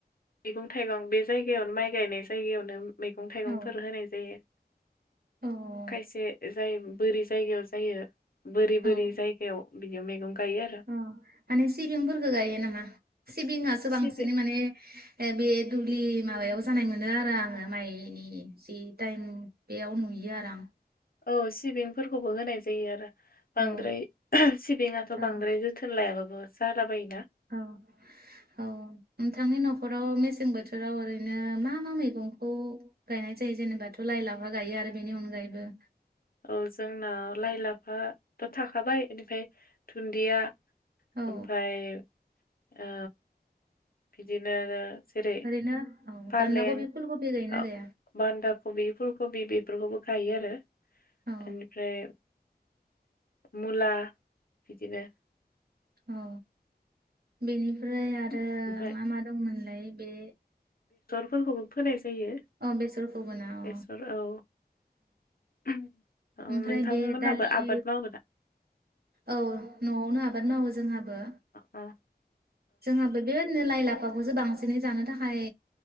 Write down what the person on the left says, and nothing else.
मैगं थाइगं बे जायगायावनो माइ गायनाय जायगायावनो मैगं थाइगंफोर
होनाय जायो।
खायसे ओ जायो बोरि जायगायाव जायो बोरि बोरि
जायगायाव बिदियाव मैगं गा गायो आरो
सिबि
औ सिबिंफोरखौबो होनाय जा जायो आरो बांद्राय
सिबिङाथ'
बांद्राय जोथोन लायाबाब बो जाला बायो
औ जोंना लाइ लाफाथ थाखाबाय बेनिफ्राय दुन्दिया
ओमफ्राय ओ बिदिनो जेरै
फालें
ओ
बान्दा कबि फुलकबि बेफो बेफोरखौबो गायो आरो
बेनिफ्राय मुला बिदिनो
ओमफ्राय
फोरखौबो फोनाय जायो
बेसर औ अ,
नोंथांमोनहाबो
आबाद मावो ना?
अ